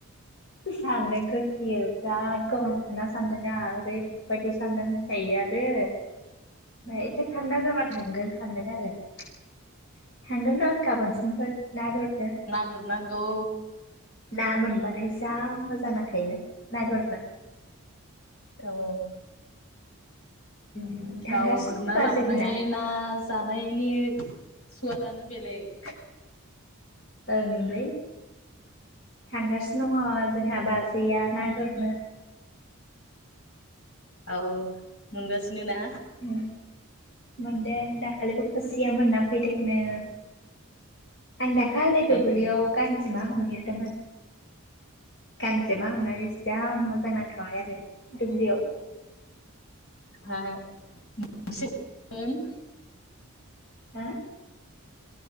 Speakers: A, on the left; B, on the left.
A: सान्दुंखौ गियो बिराद गरमखा सान्दुं आ <unintelligible> आरो ओमफ्राय एसे थान्दा जाबा' थांगोन सानगोन आरो थांगोन र' गाबोन समफोर ना गुरनो
B: गुर नांगौ
A: ना मोनबाथाय जा मोजां नांखायोनो ना गुरनो
B: औ
A: उम थांगासिनो
B: गाव गुरना
A: दं बाजैमोना
B: लाबोनाय ना जानायनि सुवादानो बेलेग
A: ओमलै थांगासिनो दङ जोंहा बाजैया ना गुरनो
B: औ मोनगासिनो ना
A: उम मोनदों दाखालिबो खुसिया मोनना फैदोंनो आं दाखालि दुब्लियाव
B: ओइ
A: गांजेमा हम हैदोंमोन गांजेमा हमनानै जा मोजां नांखाबाय आरो दुब्लियाव
B: <unintelligible>
A: हो